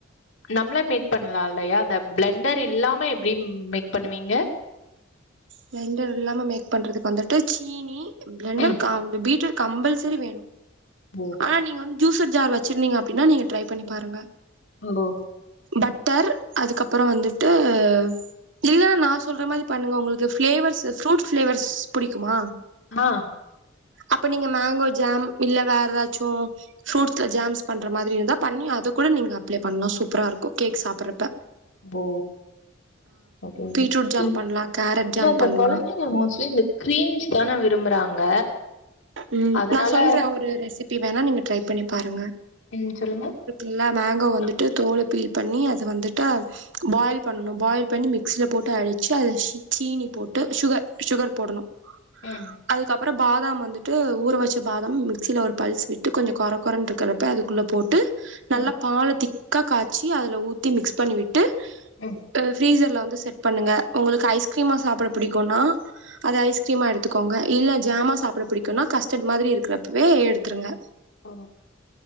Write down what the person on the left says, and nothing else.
நம்மளே மேக் பண்ணலா இல்லையா அந்த பிளண்டர் இல்லாம எப்படி மேக் பண்ணுவீங்க
ம்
ஓ
ஓ
மா
போ அது வந்து
‌இல்ல
‌அந்த
குழந்தைங்க மோஸ்ட்லி இந்த கிரீம்ஸ் தானே விரும்புறாங்க
அதனால
ம் சொல்லுங்க
அ,
ம்
ம்
ம்
ஓ